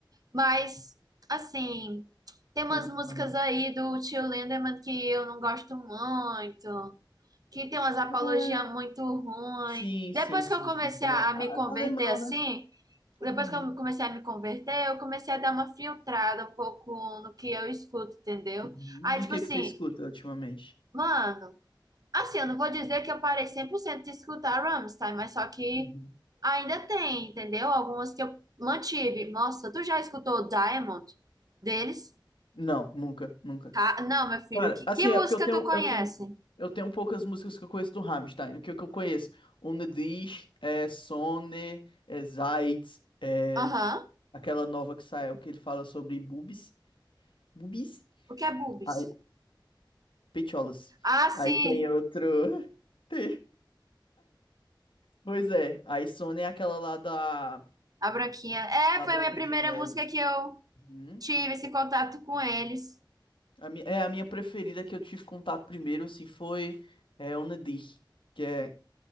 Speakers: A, on the right; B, on the left.
A: mas, assim, tem umas
B: Ah,
A: músicas
B: aham.
A: aí do Tio Lindemann que eu não gosto muito, que tem umas apologias
B: É,
A: muito ruins.
B: sim,
A: Depois
B: sim, sim,
A: que eu comecei
B: sim. Tá
A: a,
B: vendo?
A: a me
B: Ah,
A: converter
B: alemão,
A: assim,
B: né? Alemão.
A: depois que eu comecei a me converter, eu comecei a dar uma filtrada um pouco no que eu escuto, entendeu?
B: Uhum.
A: Aí,
B: E
A: tipo
B: o que
A: assim,
B: que você escuta ultimamente?
A: mano. Assim, eu não vou dizer que eu parei 100% de escutar Rammstein, mas só que
B: Uhum.
A: ainda tem, entendeu? Algumas que eu mantive. Nossa, tu já escutou Diamond deles?
B: Não, nunca, nunca.
A: Ca- Não, meu filho,
B: Cara,
A: que,
B: assim,
A: que música
B: é porque eu tenho,
A: tu conhece?
B: eu tenho, eu tenho poucas músicas que eu conheço do Rammstein. O que, que eu conheço? Ohne dich, é, Sonne, é, Zeit, é,
A: Aham.
B: aquela nova que saiu que ele fala sobre boobies. Boobies?
A: O que é Boobs?
B: Aí, pecholas.
A: Ah, sim,
B: Aí tem outro. <laughs> Pois é, a Sônia é aquela lá da,
A: a Branquinha. É,
B: da
A: foi
B: Branca
A: a minha primeira
B: de Neve.
A: música que eu
B: Uhum.
A: tive esse contato com eles.
B: A mi- é a minha preferida que eu tive contato primeiro, assim, foi é, Onadir, que é,